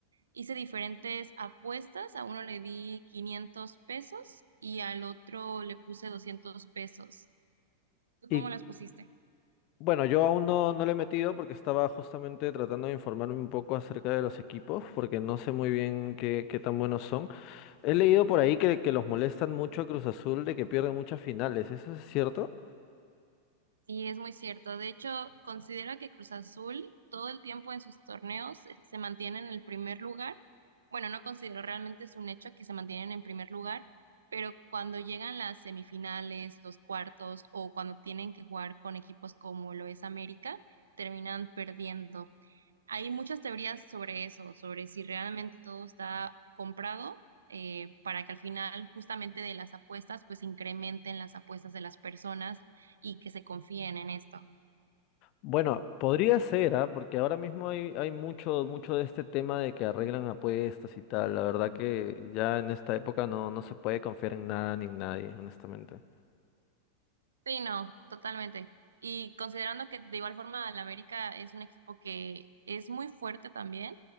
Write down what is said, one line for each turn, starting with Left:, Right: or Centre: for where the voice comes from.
Right: Hice diferentes apuestas. A uno le di 500 pesos y al otro le puse 200 pesos. ¿Tú
Left: Y
Right: cómo las pusiste?
Left: bueno, yo aún no, no le he metido porque estaba justamente tratando de informarme un poco acerca de los equipos, porque no sé muy bien qué, qué tan buenos son. He leído por ahí que, que los molestan mucho a Cruz Azul de que pierden muchas finales, ¿eso es cierto?
Right: Sí, es muy cierto. De hecho, considero que Cruz Azul todo el tiempo en sus torneos eh, se mantiene en el primer lugar. Bueno, no considero realmente es un hecho que se mantienen en primer lugar, pero cuando llegan las semifinales, los cuartos o cuando tienen que jugar con equipos como lo es América, terminan perdiendo. Hay muchas teorías sobre eso, sobre si realmente todo está comprado eh, para que al final justamente de las apuestas pues incrementen las apuestas de las personas y que se confíen en esto.
Left: Bueno, podría ser, ¿ah? Porque ahora mismo hay, hay mucho, mucho de este tema de que arreglan apuestas y tal. La verdad que ya en esta época no, no se puede confiar en nada ni en nadie, honestamente.
Right: Sí, no, totalmente. Y considerando que de igual forma el América es un equipo que es muy fuerte también